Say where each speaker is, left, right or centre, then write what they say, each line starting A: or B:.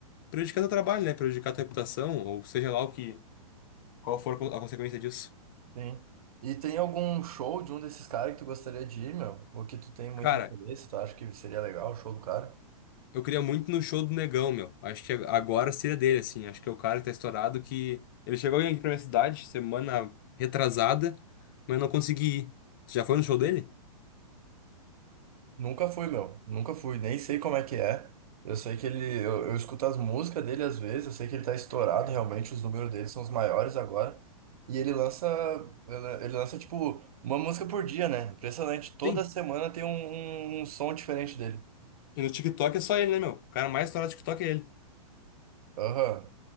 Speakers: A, on the left; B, on the right.
A: prejudicar teu trabalho, né? Prejudicar tua reputação, ou seja lá o que, qual for a consequência disso.
B: sim. E tem algum show de um desses caras que tu gostaria de ir, meu? Ou que tu tem muito
A: Cara,
B: interesse, tu acha que seria legal o show do cara?
A: eu queria muito no show do Negão, meu. Acho que agora seria dele, assim. Acho que é o cara que tá estourado que. Ele chegou aqui pra minha cidade semana retrasada, mas eu não consegui ir. Tu já foi no show dele?
B: Nunca fui, meu. Nunca fui. Nem sei como é que é. Eu sei que ele. Eu, eu escuto as músicas dele às vezes. Eu sei que ele tá estourado, realmente. Os números dele são os maiores agora. E ele lança. Ele ele lança, tipo, uma música por dia, né? Impressionante. Toda
A: Sim.
B: semana tem um, um um som diferente dele.
A: E no TikTok é só ele, né, meu? O cara mais estourado do TikTok é ele.
B: Aham.